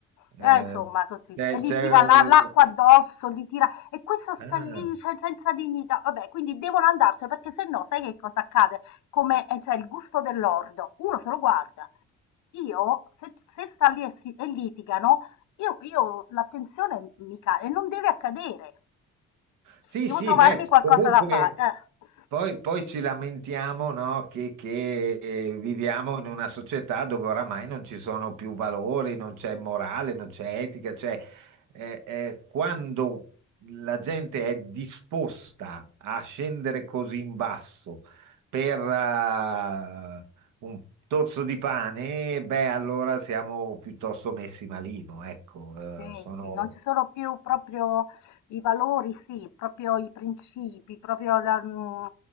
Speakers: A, on the right (about 80°); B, on the left (about 75°).
A: Eh,
B: eh, insomma, così.
A: c'è,
B: E gli
A: c'è-
B: tira la- l'acqua addosso, gli tira... E questa sta
A: eh, ah,
B: lì, cioè, senza dignità. Vabbè, quindi devono andarsene, perché se no, sai che cosa accade? Come, eh, cioè, il gusto dell'ordo. Uno se lo guarda. Io, se, se sta lì e, si- e litigano, io, io l'attenzione mi cade. E non deve accadere.
A: Sì,
B: Devo
A: sì,
B: trovarmi
A: beh,
B: qualcosa
A: comunque
B: da fare. Eh.
A: poi, poi ci lamentiamo, no, che, che, eh, viviamo in una società dove oramai non ci sono più valori, non c'è morale, non c'è etica, cioè eh, eh, quando la gente è disposta a scendere così in basso per eh, un tozzo di pane, beh, allora siamo piuttosto messi malino, ecco,
B: Sì,
A: eh, sono...
B: sì, non ci sono più proprio i valori, sì, proprio i principi, proprio la, mm,